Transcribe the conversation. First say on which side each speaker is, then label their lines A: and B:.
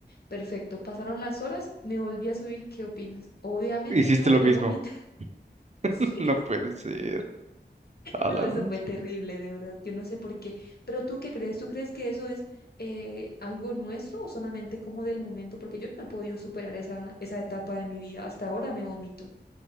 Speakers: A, on the left (about 60°); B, on the right (about 40°).
A: Perfecto. Pasaron las horas, me volví a subir. ¿Qué opinas? Obviamente
B: Hiciste
A: me volví
B: lo mismo.
A: a vomitar. <laughs>
B: <laughs>
A: Sí.
B: No puede ser. A
A: No,
B: la
A: eso
B: mecha.
A: fue terrible, de verdad. Yo no sé por qué. Pero tú qué crees? ¿Tú crees que eso es eh, algo nuestro o solamente como del momento? Porque yo no he podido superar esa, esa etapa de mi vida. Hasta ahora me vomito.